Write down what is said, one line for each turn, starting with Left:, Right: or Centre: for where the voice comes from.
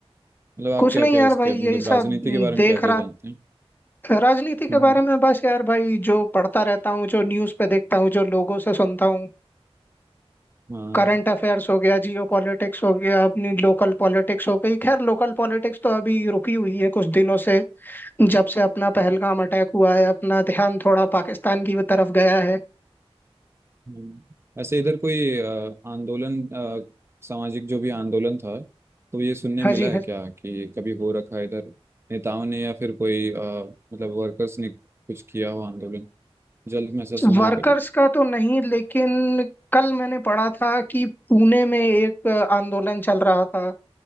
Right: मतलब आप
Left: कुछ
Right: क्या
Left: नहीं
Right: क्या
Left: यार
Right: इसके
Left: भाई यही
Right: मतलब
Left: सब
Right: राजनीति
Left: हम्म,
Right: के बारे
Left: देख
Right: में क्या क्या
Left: रहा
Right: जानते हैं
Left: राजनीति के
Right: हम्म
Left: बारे में बस यार भाई जो पढ़ता रहता हूँ जो न्यूज़ पे देखता हूँ जो लोगों से सुनता हूँ
Right: हम्म, हाँ
Left: करंट अफेयर्स हो गया जियो पॉलिटिक्स हो गया अपनी लोकल पॉलिटिक्स हो गई खैर लोकल पॉलिटिक्स तो अभी रुकी हुई है कुछ दिनों से जब से अपना पहलगाम अटैक हुआ है अपना ध्यान थोड़ा पाकिस्तान की तरफ गया है
Right: हम्म। वैसे इधर कोई अ, आंदोलन अ, सामाजिक जो भी आंदोलन था तो ये सुनने
Left: हाँ
Right: मिला
Left: जी
Right: है
Left: हाँ
Right: क्या कि कभी हो रखा है इधर नेताओं ने या फिर कोई अ, मतलब वर्कर्स ने कुछ किया हो आंदोलन जल्द में ऐसा सुना
Left: वर्कर्स
Right: है कभी
Left: का तो नहीं लेकिन कल मैंने पढ़ा था कि पुणे में एक आंदोलन चल रहा था